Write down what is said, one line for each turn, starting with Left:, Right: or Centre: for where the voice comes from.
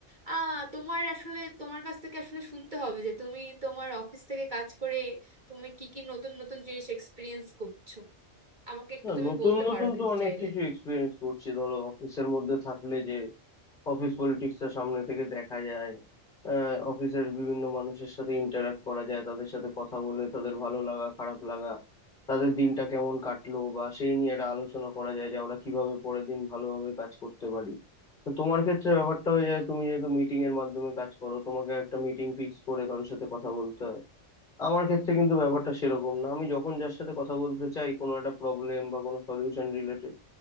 Right: আহ তোমার আসলে তোমার কাছ থেকে আসলে শুনতে হবে যে তুমি তোমার অফিস থেকে কাজ করে তুমি কি কি নতুন নতুন জিনিস এক্সপিরিয়েন্স করছো আমাকে একটু
Left: না,
Right: তুমি
Left: নতুন
Right: বলতে
Left: নতুন
Right: পারো কিন্তু
Left: তো অনেক
Right: চাইলে
Left: কিছু এক্সপিরিয়েন্স করছি ধরো অফিসের মধ্যে থাকলে যে অফিস পলিটিক্সটা সামনে থেকে দেখা যায় আহ, অফিসের বিভিন্ন মানুষের সাথে ইন্টারাক্ট করা যায় তাদের সাথে কথা বলে তাদের ভালো লাগা খারাপ লাগা তাদের দিনটা কেমন কাটলো বা সেই নিয়ে একটা আলোচনা করা যায় যে আমরা কিভাবে পরের দিন ভালোভাবে কাজ করতে পারি তো তোমার ক্ষেত্রে ব্যাপারটা হয়ে যায় তুমি যেহেতু মিটিং এর মাধ্যমে কাজ করো তোমাকে একটা মিটিং ফিক্স করে কারোর সাথে কথা বলতে হয় আমার ক্ষেত্রে কিন্তু ব্যাপারটা সেরকম না আমি যখন যার সাথে কথা বলতে চাই কোনো একটা প্রবলেম বা কোনো সলিউশন রিলেটেড